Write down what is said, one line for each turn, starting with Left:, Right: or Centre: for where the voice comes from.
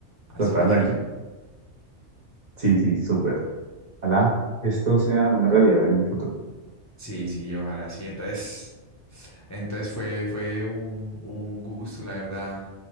Left: Así
Right: Totalmente.
Left: que sí,
Right: Sí, sí, súper. Ojalá esto sea una realidad en un futuro.
Left: sí, sí, ojalá sí. Entonces... Entonces fue, fue un, un gusto, la verdad,